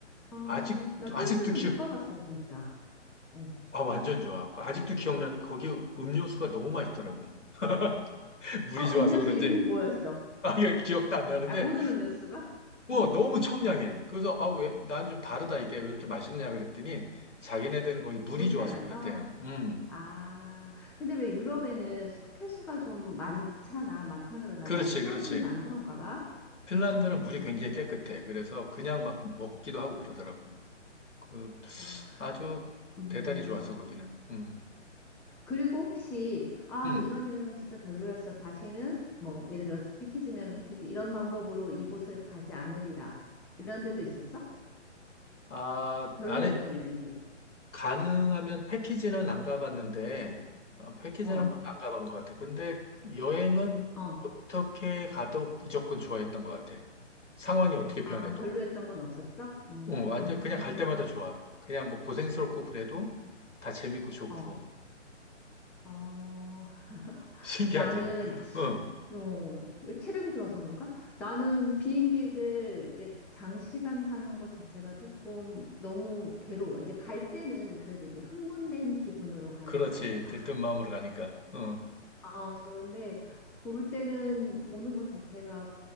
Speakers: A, in the centre; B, on the left.
A: 아,
B: 아직,
A: 나
B: 아직도
A: 핀란드는
B: 기워
A: 못 가봤어, 진짜. 어.
B: 아, 완전 좋아. 아직도 기억나는 게 거기 음료수가 너무 맛있더라고. <laughs> 물이
A: 아,
B: 좋아서
A: 음료수
B: 그런지.
A: <laughs> 이름이 뭐였어?
B: <laughs> 아, 이거 기억도 안 나는데,
A: 아, 모든 음료수가?
B: 뭐,
A: 응,
B: 너무 청량해. 그래서, 아, 왜, 난 좀 다르다, 이게. 왜 이렇게 맛있냐, 그랬더니, 자기네들은 거기 물이
A: 물이
B: 좋아서
A: 달라서?
B: 그랬대요. 음,
A: 아, 근데 왜 유럽에는 석회수가 좀 많잖아, 많다 그러잖아.
B: 그렇지,
A: 핀란드는
B: 그렇지.
A: 안 그런가 봐?
B: 핀란드는
A: 음,
B: 물이 굉장히 깨끗해. 그래서 그냥 막 먹기도 하고 그러더라고. 그,
A: 어,
B: 아주
A: 허, 음.
B: 대단히 좋았어, 거기는. 음,
A: 그리고 혹시, 아,
B: 음.
A: 이런 여행은 진짜 별로였어. 다시는, 뭐, 예를 들어서 패키지면 패키지, 이런 방법으로 이곳을 가지 않으리라. 이런 데도 있었어?
B: 아,
A: 별로였던
B: 나는
A: 여행지.
B: 가능하면 패키지는 안 가봤는데, 어, 패키지는
A: 어,
B: 한 번도 안 가본 것 같아. 근데 여행은
A: 어.
B: 어떻게 가도 무조건 좋아했던 것 같아. 상황이 어떻게 변해도.
A: 아, 별로였던 건 없었어? 음,
B: 응, 완전 그냥 갈 때마다 좋아. 그냥 뭐 고생스럽고 그래도 다 재밌고 좋고.
A: 어, 어.
B: <laughs> 신기하지?
A: 나는,
B: 응,
A: 어, 체력이 좋아서 그런가? 나는 비행기를 이제 장시간 타는 것 자체가 조금 너무 괴로워. 이제 갈 때는 그래도 이제 흥분된 기분으로 가니까
B: 그렇지.
A: 이제 막.
B: 들뜬 마음으로 가니까. 어.
A: 어, 좋은데 올 때는 오는 것 자체가